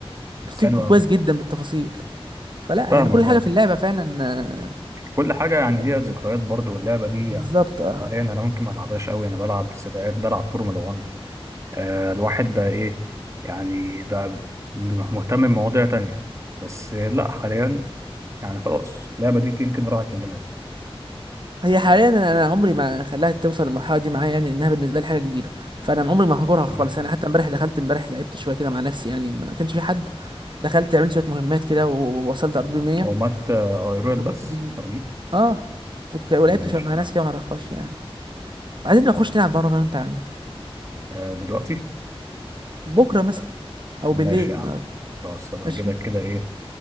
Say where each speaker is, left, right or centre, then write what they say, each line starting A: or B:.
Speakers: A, on the right; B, on the right.
A: بفتكره
B: بس حلو قوي
A: كويس جدا بالتفاصيل فلا
B: فاهمك
A: يعني كل حاجه
B: اه
A: في اللعبه فعلا آه،
B: كل حاجة يعني
A: في اللعبه
B: ليها ذكريات
A: كويس
B: برضه واللعبة دي
A: بالظبط
B: يعني
A: اه
B: حاليا أنا ممكن ما ألعبهاش أوي أنا بلعب سباقات بلعب فورمولا 1 آه الواحد بقى إيه يعني بقى مهتم بمواضيع تانية بس آه، لأ حاليا يعني خلاص اللعبة دي يمكن راحت من دماغي
A: هي حاليا انا أنا عمري ما خلاها توصل للمرحله دي معايا يعني انها بالنسبه لي حاجه كبيره فانا عمري ما هجرها
B: تمام
A: خالص انا حتى امبارح دخلت امبارح لعبت شويه كده مع نفسي يعني ما كانش في حد دخلت عملت شويه مهمات كده ووصلت ار بي 100
B: هو مات أويرويل
A: ظبطت
B: بس
A: الدنيا
B: أرميه
A: اه وك- ولعبت
B: ماشي
A: شويه مع
B: تمام
A: ناس كده ما اعرفهاش يعني عايزين نخش نلعب بره انا وانت يا عم
B: آه دلوقتي
A: بكره مثلا او
B: ماشي
A: بالليل النهاردة.
B: يا عم خلاص طب أجيلك
A: ماشي
B: كده إيه